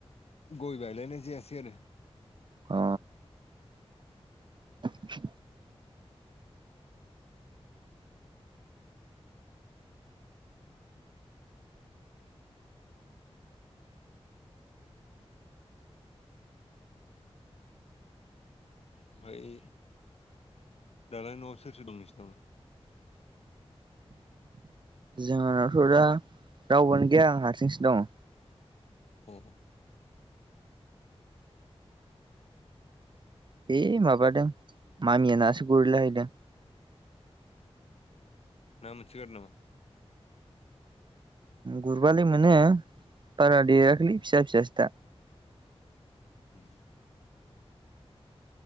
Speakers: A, on the left; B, on the right.
A: गय बायलायनाय जायासै आरो।
B: अ <unintelligible>
A: ओमफ्राय दालाय न'आव सोर सोर दं नोंसिनावलाय?
B: <inaudible> जोंहाथ' दा रावबोयानो गैया आं हारसिंसो दङ।
A: औ।
B: ऐ माबादों मामिया नासो गुरैलाहैदों।
A: ना मोनसोगारो नामा?
B: गुरबालाय मोनो बारा देराखैलै फिसा फिसासो दा।
A: <unintelligible>